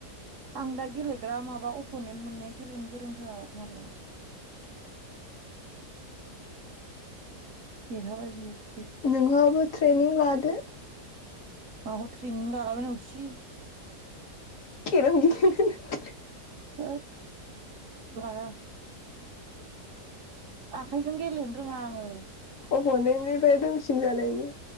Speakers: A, on the right (about 65°); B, on the left (about 60°).
A: आं दा गेलेग्रा माबा अपनेन्ट मोननाया गेलेनो गोरोंथार मालाय। देरहाबाय बियोथ'।
B: नोंहाबो ट्रेनिं लादो।
A: माखौ ट्रेनिं लालाबायनांगौसि।
B: <unintelligible>
A: होद लाया। आखाइजों गेलेनो रोङा आङो।
B: अफनैननिफ्राय दंसिन जानायनि।